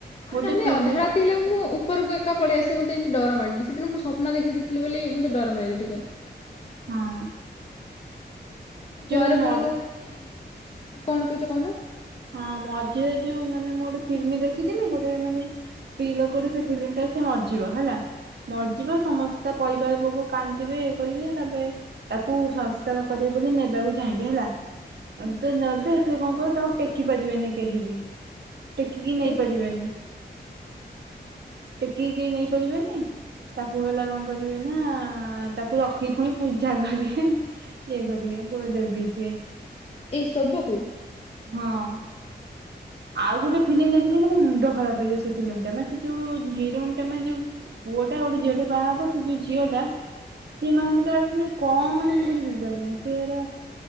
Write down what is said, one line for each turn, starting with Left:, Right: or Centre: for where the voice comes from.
Left: ଆଉ
Right: ଗୋଟେ
Left: ନହେଲେ
Right: ଫିଲ୍ମ
Left: ଅଧା ରାତି ହେଲେ ମୁଁ ଉପରକୁ ଏକା ପଳ୍ୟା ସେ ମତେ ଏମ୍ତି ଡର ମଣିଲି ସେଦିନ ମୁଁ ସପ୍ନ ଦେଖିେଇଥିଲି ବୋଲି ମତେ ଡର ମାଇଲେ ଟିକେ।
Right: ହଁ।
Left: ସେ
Right: ଯୋଉ
Left: ଘରେ
Right: ମ
Left: ପୁଣି କହୁଚନ୍ତି କଣ କହୁଚ କହୁନ।
Right: ହଁ ମଝିରେ ଯୋଉ ମାନେ ମୁଁ ଗୋଟେ ଫିଲ୍ମି ଦେଖିଥିଲି ଗୋଟେ ମାନେ ପି ଲୋକଟେ ସେ ଫିଲ୍ମି ଟାରେ ସେ ମର୍ଯିବ ହେଲା ମର୍ଯିବ
Left: ହୁଁ
Right: ସମସ୍ ତା ପରିବାର ପୋକ କାନ୍ଦିବେ ଇଏ କରିବି ତାପ୍ରେ ତାକୁ ସଂସ୍କାର କରିବେ ବୋଲି ନେବାକୁ ଚାହିଁବେ ହେଲା।
Left: ହୁଁ
Right: ସେ ନେବେ ସେ କଂ କର୍ବେ ତାଙ୍କୁ ଟେକି ପାରିବେନି କେହି ବି। ଟେକିକି
Left: ଆରେ
Right: ନେଇପାରିବେନି ଟେକିକି ନେଇପାରିବେନି ତାକୁ ହେଲା କଣ କରିବେ ନା ତାକୁ ରଖି ପୁଣି ପୂଜା କରିବେ। ଇଏ କରିବେ <unintelligible>
Left: ଏଇ ସବୁକୁ
Right: ହଁ। ଆଉ ଗୋଟେ
Left: ମାଲୋ
Right: ଫିଲ୍ମ ଦେଖିଲି ମାନେ ମୁଣ୍ଡ ଖରାପ ହେଇଜୀବ ସେ ଫିଲ୍ମ ଟା ମାନେ ସେ ଯୋଉ ହିରୋଇନ୍ ଟା ମାନେ ପୁଅଟା ଗୋଟେ ଝିଅଟେ ବାହାହବ ସେ ଯଉ ଝିଅଟା ସେମାନେ ତ ତମେ କଣ ମାନେ ବୁ ବୁଝ ପାରିଲିନି ସେଟା